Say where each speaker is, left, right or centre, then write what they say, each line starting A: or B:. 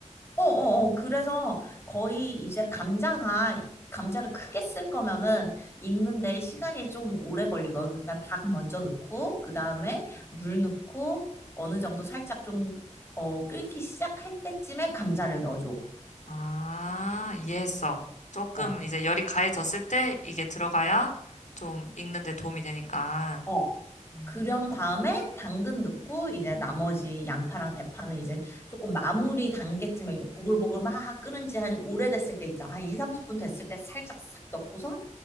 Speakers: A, on the left; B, on the left.
A: 어어어 그래서 거의 이제 감자가 감자를 크게 쓸 거면은 익는데 시간이 좀 오래 걸리고 그러니까 닭 먼저 넣고 그다음에 물 넣고 어느 정도 살짝 좀 어, 끓기 시작할 때쯤에 감자를 넣어줘.
B: 아, 이해했어. 조금
A: 어,
B: 이제 열이 가해졌을 때 이게 들어가야 좀 익는 데 도움이 되니까.
A: 어.
B: 음,
A: 그런 다음에 당근 넣고 이제 나머지 양파랑 대파는 이제 조금 마무리 단계쯤에 이게 보글보글 막 끓은 지 한 오래됐을 때 있잖아. 한 2, 30분 됐을 때 살짝 싹 넣고서